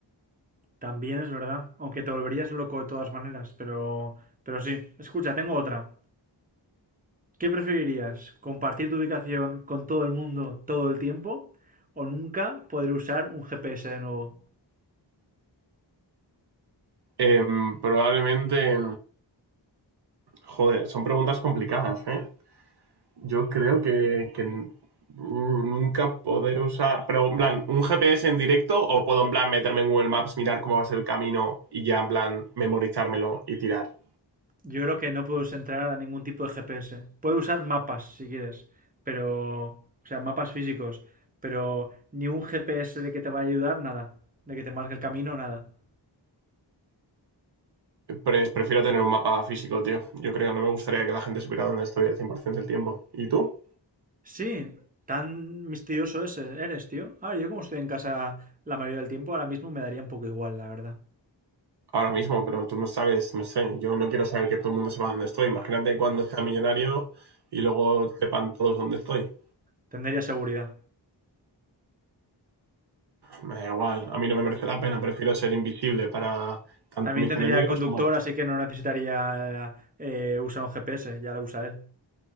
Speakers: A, on the right (about 20°); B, on the right (about 60°).
A: También es verdad. Aunque te volverías loco de todas maneras, pero... Pero sí. Escucha, tengo otra. ¿Qué preferirías? ¿Compartir tu ubicación con todo el mundo todo el tiempo? ¿O nunca poder usar un GPS de nuevo?
B: Eh, probablemente, joder, son preguntas complicadas, ¿eh? Yo creo que, que nunca poder usar, pero en plan, un GPS en directo o puedo en plan meterme en Google Maps, mirar cómo va a ser el camino y ya en plan memorizármelo y tirar.
A: Yo creo que no puedes entrar a ningún tipo de GPS. Puedes usar mapas si quieres, pero. O sea, mapas físicos, pero ni un GPS de que te vaya a ayudar, nada. De que te marque el camino, nada.
B: Pero es, prefiero tener un mapa físico, tío. Yo creo, no me gustaría que la gente supiera dónde estoy al 100% del tiempo. ¿Y tú?
A: Sí, tan misterioso ese eres, tío. A ver, yo como estoy en casa la mayoría del tiempo, ahora mismo me daría un poco igual, la verdad.
B: ahora mismo, pero tú no sabes, no sé, yo no quiero saber que todo el mundo sepa dónde estoy. Imagínate cuando sea millonario y luego sepan todos dónde estoy.
A: Tendría seguridad.
B: Me da igual, a mí no me merece la pena, prefiero ser invisible para tanto
A: También
B: mis
A: tendría
B: enemigos
A: conductor,
B: como los.
A: así que no necesitaría eh, usar un GPS, ya lo usa él.